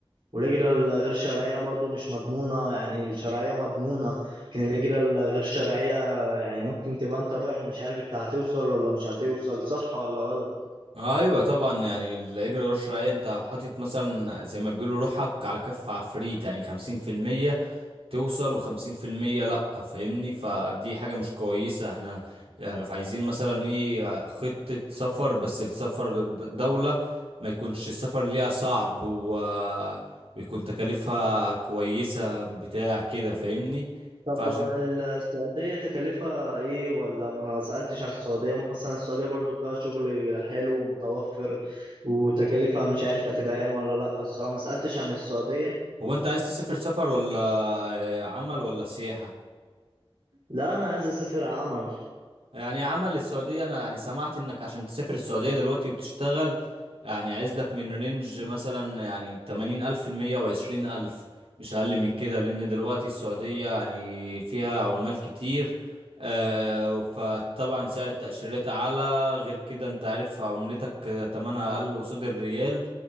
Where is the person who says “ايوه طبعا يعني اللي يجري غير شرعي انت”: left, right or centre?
Right